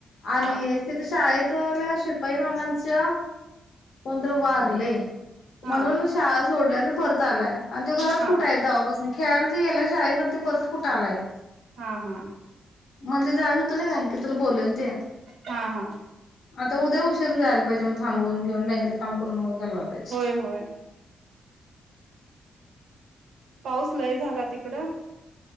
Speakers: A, on the left; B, on the right.
A: आणि
B: हा
A: तिथे शाळेतल्या शिपाई मामांच्या कोणतरी वारलय
B: हा
A: म्हणून शाळा सोडल्यान परत आलाय. आणि तो घरात
B: हा
A: कुठं आहे तवा पासन खेळाला च गेलाय शाळेकड ती परत कुठं आलाय.
B: हा हा.
A: मला जायच हुत न बँकेत तुला बोलेल ते
B: हा हा.
A: आता उद्या उशीरून जायला पाहिजे मग थांबवून घेऊन बँकेतल काम करून मग घालवाय पाहिजे.
B: होय होय पाऊस लय झाला तिकडं.